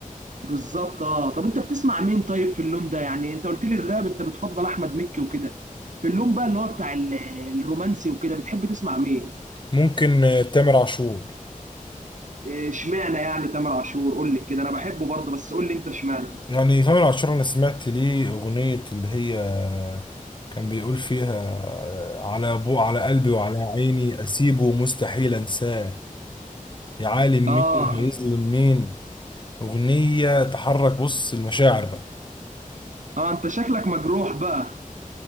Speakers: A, on the right; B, on the left.
A: بالظبط اه طب انت بتسمع مين طيب في اللون ده يعني انت قلت لي الراب انت بتفضل احمد مكي وكده في اللون بقى اللي هو بتاع ال- الرومانسي وكده بتحب تسمع مين
B: ممكن آه، تامر عاشور
A: آه، اشمعنى يعني تامر عاشور قول لي كده انا بحبه برضو بس قول لي انت اشمعنى
B: يعني تامر عاشور انا سمعت ليه اغنية اللي هي كان بيقول فيها آه، على بو على قلبي وعلى عيني اسيبه مستحيل انساه يا عالم
A: اه
B: مين هيظلم مين اغنية تحرك بص المشاعر بقى
A: اه انت شكلك مجروح بقى